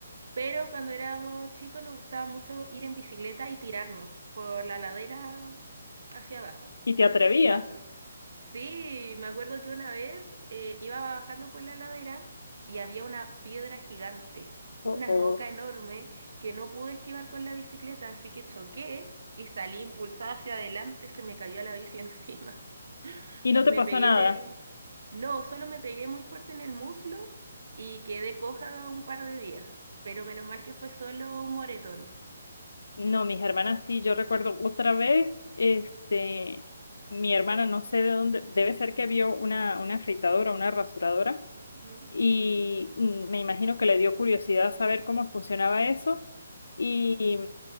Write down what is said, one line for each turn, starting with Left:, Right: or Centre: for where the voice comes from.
Right: Pero cuando éramos chicos nos gustaba mucho ir en bicicleta y tirarnos por la ladera hacia abajo.
Left: ¿Y te atrevías?
Right: Y me acuerdo, sí, me acuerdo que una vez eh, iba bajando por la ladera y había una piedra gigante, una
Left: O, o-
Right: roca enorme que no pude esquivar con la bicicleta, así que choqué y salí impulsada hacia adelante, se me cayó la bici <laughs> encima.
Left: Y no
Right: Me
Left: te pasó
Right: pegué
Left: nada.
Right: en el... No, solo me pegué muy fuerte en el muslo y quedé coja un par de días, pero menos mal que fue solo un moretón.
Left: No, mis hermanas sí, yo recuerdo otra vez, este, mi hermana no sé de dónde, debe ser que vio una, una afeitadora, una rasuradora,
Right: Ujú.
Left: y mm, me imagino que le dio curiosidad saber cómo funcionaba eso, y,